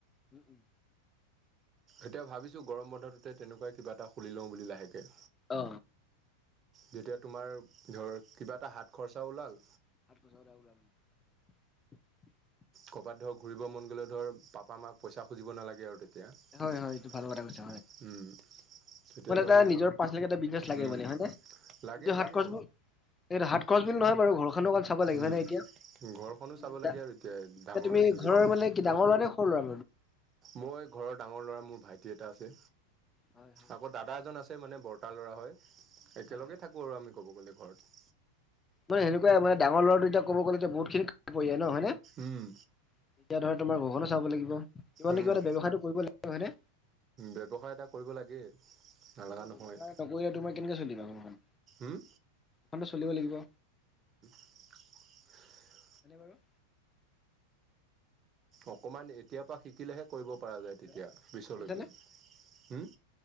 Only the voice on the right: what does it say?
এতিয়া ভাবিছো গৰম বন্ধটোতে তেনেকুৱাই কিবা এটা খুলি লওঁ বুলি লাহেকে।
যেতিয়া তোমাৰ ধৰ কিবা এটা হাত খৰচা ওলাল
ক'ৰবাত ধৰ ঘূৰিব মন গ'লে ধৰ পাপা মাক পইচা খুজিব নালাগে আৰু তেয়া এতিয়া
উম তেতিয়া
ধৰ
উম
লাগে লাগে
উম
ঘৰখনো চাব লাগে আৰু এতিয়া ডাঙৰ
হৈছোঁ যেতিয়া
মই ঘৰৰ ডাঙৰ ল'ৰা মোৰ ভাইটি এটা আছে
আকৌ দাদা এজন আছে। মানে বৰ্তা ল'ৰা হয় একেলগে
থাকোঁ আৰু আমি ক'ব গ'লে ঘৰত
উম
উম
ব্যৱসায় এটা কৰিব লাগে নালাগা
নহয়
উম
<inaudible>
অকমান এতিয়াৰ পৰা শিকিলেহে কৰিব পৰা যায়
তেতিয়া পিছলৈকে
হুম